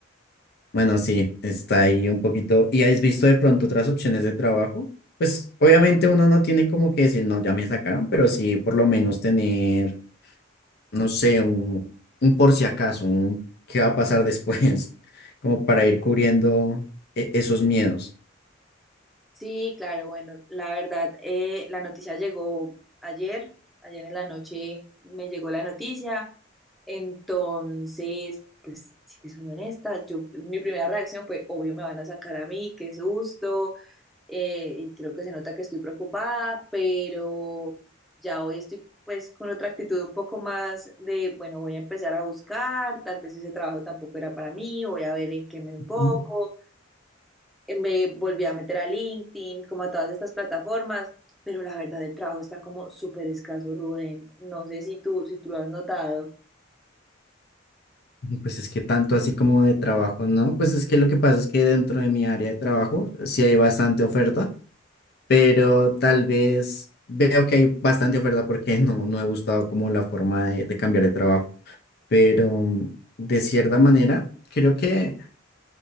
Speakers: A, on the left (about 55°); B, in the centre.
A: bueno, sí, está ahí un poquito. ¿Y has visto de pronto otras opciones de trabajo? Pues obviamente uno no tiene como que decir, no, ya me sacaron, pero sí por lo menos tener no sé, un, un por si acaso, un qué va a pasar después, <laughs> como para ir cubriendo e- esos miedos.
B: Sí, claro, bueno, la verdad, eh, la noticia llegó ayer, ayer en la noche me llegó la noticia, entonces, pues, si te soy honesta, yo, pues, mi primera reacción fue, obvio, me van a sacar a mí, qué susto, eh, y creo que se nota que estoy preocupada, pero ya hoy estoy, pues, con otra actitud un poco más de, bueno, voy a empezar a buscar, tal vez ese trabajo tampoco era para mí, voy a ver en qué me enfoco
A: Mm,
B: eh, me volví a meter a LinkedIn, como a todas estas plataformas, pero la verdad el trabajo está como súper escaso, Rubén. No sé si tú, si tú lo has notado.
A: Pues es que tanto así como de trabajo, ¿no? Pues es que lo que pasa es que dentro de mi área de trabajo sí hay bastante oferta, pero tal vez veo que hay bastante oferta porque <laughs> no, no he gustado como la forma de, de cambiar de trabajo, pero mm, de cierta manera creo que...